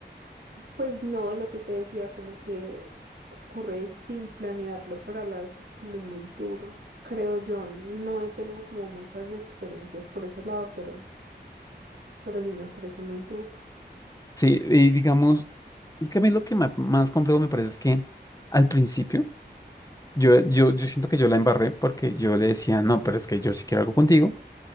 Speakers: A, on the right (about 80°); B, on the left (about 20°).
A: pues no, lo que te decía, como que ocurre sin planearlo, pero a la vez es como muy duro, creo yo. No he tenido como muchas experiencias por ese lado, pero... pero sí me parece muy duro.
B: Sí, y digamos, es que a mí lo que ma- más complejo me parece es que al principio yo, yo, yo siento que yo la embarré porque yo le decía, no, pero es que yo sí quiero algo contigo,